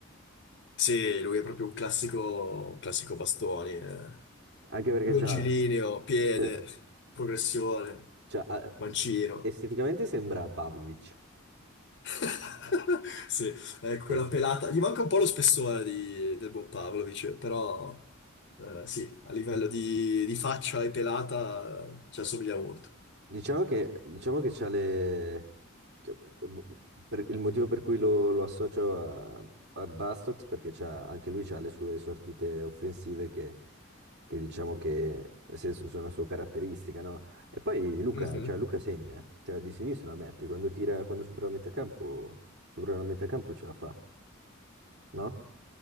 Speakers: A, on the left; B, on the right.
A: Sì, lui è proprio un classico, un classico bastoni, eh.
B: Anche perché
A: Longilineo,
B: c'ha,
A: piede,
B: cioè,
A: progressione,
B: c'ha- ha-
A: mancino.
B: esteticamente sembra Pavlovic.
A: <laughs> Sì, è quella
B: Es-
A: pelata. Gli manca un po' lo spessore di- del buon Pavlovic, però eh, sì, a livello di, di faccia e pelata eh, ci assomiglia molto.
B: Diciamo che, diciamo che c'ha le... cioè, p- per- il motivo per cui lo, lo associo a, a Bastox perché c'ha, anche lui ha le sue sortite offensive che, che diciamo che nel senso, sono la sua caratteristica, no? E poi Luca,
A: Mhm.
B: cioè Luca segna, eh. cioè di sinistra la mette, quando tira, quando supera la metà campo, supera la metà campo ce la fa, no?